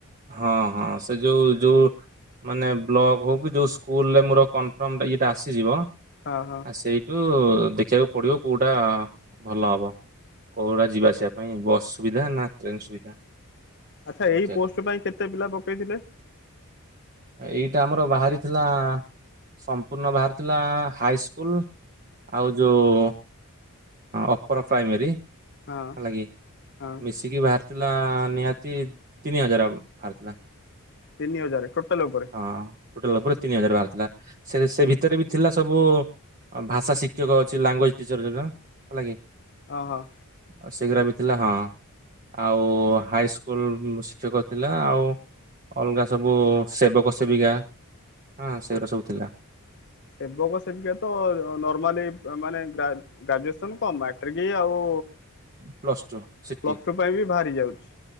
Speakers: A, on the right; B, on the left.
A: ହଁ ହଁ ସେ ଯୋଉ ଯୋଉ। ମାନେ ବ୍ଲକ ହଉ କି ଯୋଉ ସ୍କୁଲରେ ମୋର କନ୍ଫର୍ମ ଇଏଟା ଆସିଯିବ।
B: ହଁ ହଁ।
A: ଆ ସେଇଠୁ ଦେଖିବାକୁ ପଡ଼ିବ କୋଉଟା ଭଲ ହବ। କୋଉଡ଼ା ଯିବା ଆସିବା ପାଇଁ ବସ୍ ସୁବିଧା ନା ଟ୍ରେନ ସୁବିଧା।
B: ଆଚ୍ଛା
A: ଦେଖିବାକୁ
B: ଏଇ ପୋଷ୍ଟ ପାଇଁ କେତେ ପିଲା ପକେଇଥିଲେ।
A: ଏଇଟା ଆମର ବାହାରିଥିଲା ସମ୍ପୂର୍ଣ୍ଣ ବାହାରିଥିଲା ହାଇ ସ୍କୁଲ। ଆଉ ଯୋଉ ଅପର ପ୍ରାଇମେରୀ। ହେଲାକିି
B: ହଁ ହଁ
A: ମିଶିକି ବାହାରିଥିଲା ନିହାତି ତିନି ହଜାର। ବାହାରଥିଲା।
B: ତିନି ହଜାର ଟୋଟାଲ ଉପରେ।
A: ହଁ ଟୋଟାଲ ଉପରେ ତିନି ହଜାର ବାହାରିଥିଲା ସେ ସେ ଭିତରେ ବି ଥିଲା ସବୁ। ଭାଷା ଶିକ୍ଷକ ଅଛି ଲାଙ୍ଗୁଏଜ ଟିଚର ଜୋଉଟା ହେଲା କି।
B: ଅ ହ।
A: ଆଉ ସେଇ ଗୁରା ବି ଥିଲା ହଁ ଆଉ ହାଇସ୍କୁଲ ଶିକ୍ଷକ। ଥିଲା ଆଉ ଅଲଗା ସବୁ ସେବକ ସେବିକା। ହଁ ସେଗୁରା ସବୁ ଥିଲା।
B: ସେବକ ସେବିକା ତ ନର୍ମାଲି ମାନେ ଗ୍ରା ଗ୍ରାଜୁଏସନ୍ କମ୍ ମା ଟ୍ରିକ ଆଉ
A: plus two city
B: plus two ପାଇଁ ବି ବାହାରି ଯାଉଛି।